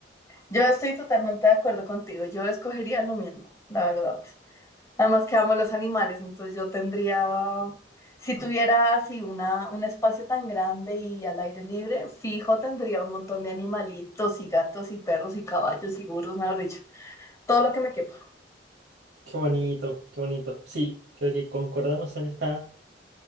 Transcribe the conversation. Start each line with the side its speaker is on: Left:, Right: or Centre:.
Left: Yo estoy totalmente de acuerdo contigo, yo escogería lo mismo, la verdad. Además que amo los animales, entonces yo tendría, si tuviera así una, un espacio tan grande y al aire libre, fijo tendría un montón de animalitos y gatos y perros y caballos y burros, mejor dicho, todo lo que me quepa.
Right: Qué bonito, qué bonito. Sí, creo que concordamos en esta,